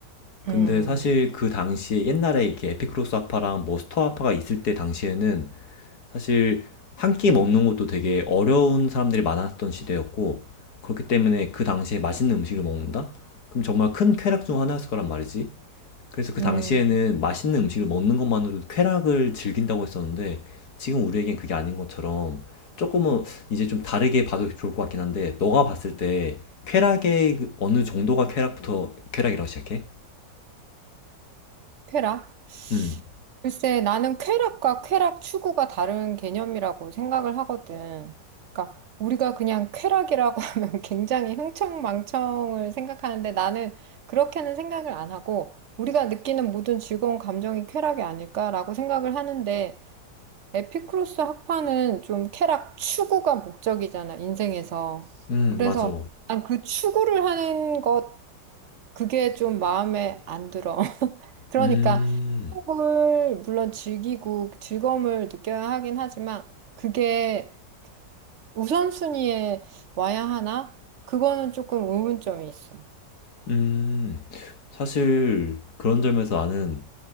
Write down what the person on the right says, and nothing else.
음,
음,
페라?
글쎄, 나는 쾌락과 쾌락 추구가 다른 개념이라고 생각을 하거든. 그러니까 우리가 그냥 쾌락이라고 <laughs> 하면 굉장히 흥청망청을 생각하는데 나는 그렇게는 생각을 안 하고 우리가 느끼는 모든 즐거운 감정이 쾌락이 아닐까라고 생각을 하는데 에피쿠로스 학파는 좀 쾌락 추구가 목적이잖아, 인생에서. 음.
그래서
난 그 추구를 하는 것 그게 좀 마음에 안 들어. 그러니까
행복을 물론 즐기고 즐거움을 느껴야 하긴 하지만 그게 우선순위에 와야 하나? 그거는 조금 의문점이 있어.